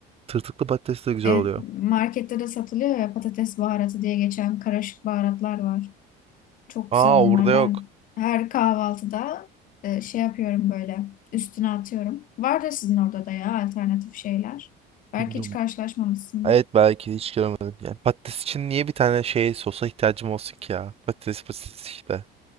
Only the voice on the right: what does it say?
Tırtıklı patates de güzel
oluyor.
Aa
burada yok.
Bilmiyorum
Evet belki hiç görmedim. Yani patates için niye bir tane şey sosa ihtiyacım olsun ki ya? Patates patates işte.